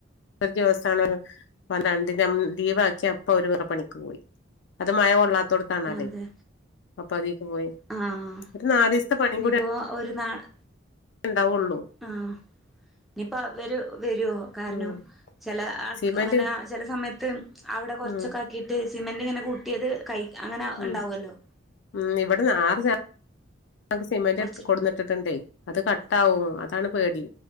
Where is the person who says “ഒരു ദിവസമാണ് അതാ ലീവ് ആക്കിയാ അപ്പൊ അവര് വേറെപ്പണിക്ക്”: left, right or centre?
Left